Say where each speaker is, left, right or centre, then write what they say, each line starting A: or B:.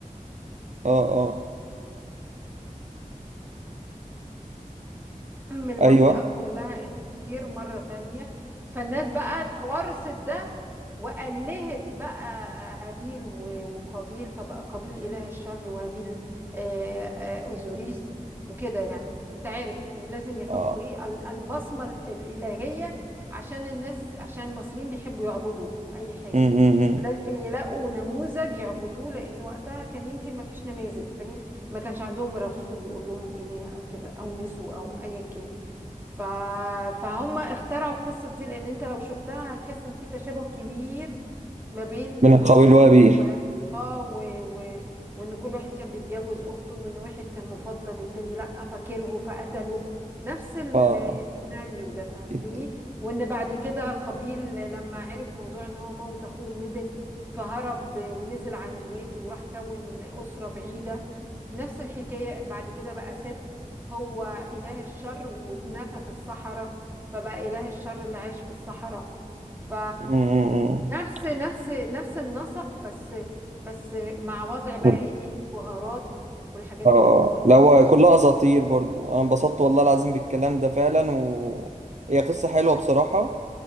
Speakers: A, on the right; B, on the right.
A: اه اه
B: فهم المنطقة
A: ايوه
B: كلها الخير مرة تانية فالناس بقى تورثت ده وألهت بقى هابيل و- وقابيل فبقى قابيل إله الشر وهابيل آه، آه، أوزوريس وكده يعني انت عارف يعني لازم يحطوا
A: اه
B: ايه ال- البصمة ال- الإلهية عشان الناس عشان المصريين بيحبوا يعبدوا أي حاجة
A: م -م -م.
B: لازم يلاقوا نموذج يعبدوه لأن وقتها كان يمكن ما فيش نماذج فاهم ما كانش عندهم رسول يقول لهم إله أو كده أو نسو أو أيا كان ف... فهم اخترعوا القصة دي لأن انت لو شفتها هتحس ان في تشابه كبير ما بين
A: من
B: قصة
A: القبيل وابيل
B: وهب- اه و... و... وان كل واحد كان بيتجوز اخته وان واحد كان مفضل والتاني لا فكره فقتله نفس ال-
A: اه
B: السيناريو ده فهمتني
A: جدا.
B: وان بعد كده قابيل لما عرف موضوع ان هو موت اخوه ندم فهرب ونزل عن الوادي وراح كون أسرة بعيدة نفس الحكاية بعد كده بقى ست هو إله الشر واتنفى في الصحراء فبقى إله الشر اللي عاش في الصحراء ف
A: م- م-
B: نفس نفس نفس النسق بس بس مع وضع بقى
A: م.
B: ايه البهارات والحاجات
A: اه
B: اللي تديها
A: ده هو
B: الواحد.
A: كلها اساطير برضو انا انبسطت والله العظيم بالكلام ده فعلا و هي قصة حلوة بصراحة